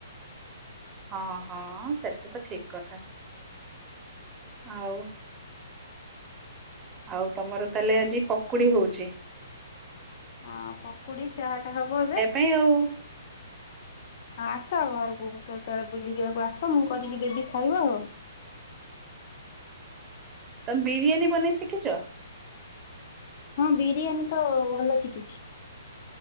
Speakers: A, on the right; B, on the left.
A: ହଁ ହଁ ସେଟା ତ ଠିକ କଥା। ଆଉ ଆଉ ତମର ତାହେଲେ ଆଜି ପକୁଡି ହଉଛି।
B: ହଁ ପକୁଡି ଚାହା ଟା ହବ ଏବେ।
A: ପାଇ ଆଉ
B: ହଁ ଆସ ଘରକୁ କେତେବେଳେ ବୁଲିବାକୁ ଆସ ମୁଁ କରିକି ଦେବି ଖାଇବ ଆଉ।
A: ତମେ ବିରିୟାନୀ ବନେଇ ଶିଖିଛ?
B: ହଁ ବିରିୟାନୀ ତ ଭଲ ସିକିଛି।